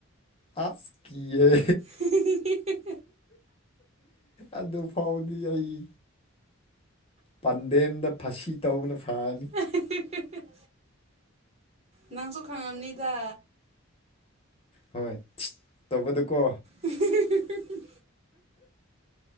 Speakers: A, on the left; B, on the right.
A: ꯑꯁ ꯀꯤꯍꯦ
B: ꯍꯤ ꯍꯤ ꯍꯤ
A: ꯑꯗꯨ ꯐꯥꯎꯕꯗꯤ ꯑꯩ ꯄꯥꯟꯗꯦꯝꯗ ꯐꯁꯤ ꯇꯧꯕꯅ ꯐꯔꯅꯤ
B: ꯑ ꯍ ꯍ ꯍ ꯍ ꯅꯪꯁꯨ ꯈꯪꯉꯝꯅꯤꯗ
A: ꯍꯣꯢ ꯊꯤꯠ ꯇꯧꯕꯗꯣꯀꯣ
B: ꯑꯍ ꯍ ꯍ ꯍ ꯍ